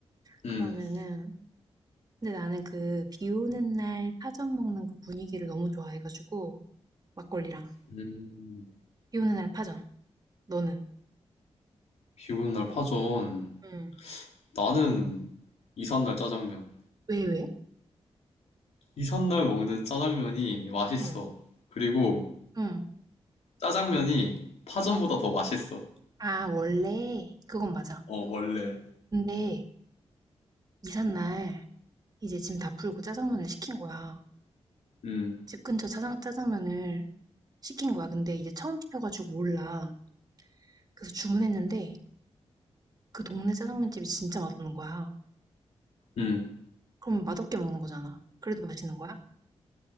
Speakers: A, on the left; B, on the right.
A: 음,
B: 그러면은 근데 나는 그 비 오는 날 파전 먹는 그 분위기를 너무 좋아해 가지고 막걸리랑
A: 음,
B: 비 오는 날 파전. 너는?
A: 비 오는 날 파전.
B: 응
A: 나는 이삿날 짜장면.
B: 왜, 왜?
A: 이삿날 먹는 짜장면이 맛있어.
B: 응.
A: 그리고
B: 응.
A: 짜장면이 파전보다 더 맛있어.
B: 아, 원래 그건 맞아.
A: 어, 원래.
B: 근데 이삿 날 이제 짐 다 풀고 짜장면을 시킨 거야.
A: 음,
B: 집 근처 짜장, 짜장면을 시킨 거야. 근데 이제 처음 시켜가지고 몰라. 그래서 주문했는데 그 동네 짜장면집이 진짜 맛없는 거야.
A: 음.
B: 그럼 맛없게 먹는 거잖아. 그래도 맛있는 거야?